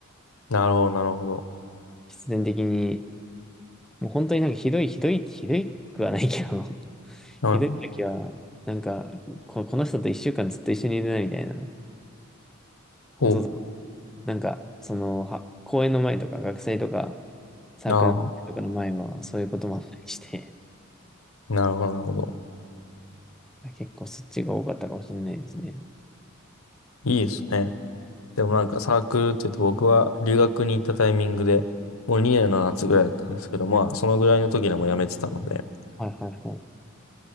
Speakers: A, on the left; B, in the centre.
A: い。なるほど、なるほど。
B: 必然的に、もう本当になんかひどい、ひどい、ひどいくはないけど、<laughs>
A: はい。
B: ひどい時は、なんかこ、この人と一週間ずっと一緒にいるなみたいな。こと
A: お、
B: なんか、その、は、公演の前とか、学祭とか、サークルの会とかの前は、
A: あ
B: そういうこともあったりして、
A: あ、なるほど、なるほど。
B: <laughs> 結構そっちが多かったかもしれないですね。
A: いいですね。でもなんかサークルって言うと僕は留学に行ったタイミングで、
B: うん、
A: もう2年の夏ぐらいだったんですけど、まあそのぐらいの時でもう辞めてたので、
B: うん。はいはいは